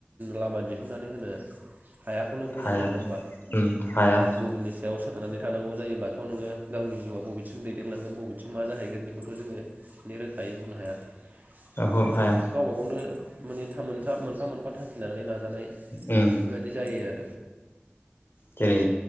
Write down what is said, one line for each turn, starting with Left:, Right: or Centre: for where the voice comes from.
Right: लामा दिहुननानै होनो हायाखौनो बुंनो
Left: हाया
Right: हायो नङा होमबा
Left: उम हाया
Right: गुबुननि सायाव सोरनानै थानांगौ जायोब्लाथ' नोङो गावनि जिउआव बबेथिं दैदेनलांगोन बबेथिं मा जाहैगोन बेखौथ' जोङो माने रोखायै बुंनो हाया।
Left: ओहो
Right: बेखायनो
Left: हाया
Right: गावबा गावनो माने थाम मोनथा मोनफा मोनफा थांखि लानानै नाजानाय
Left: उम
Right: बादि जायो आर
Left: जेरै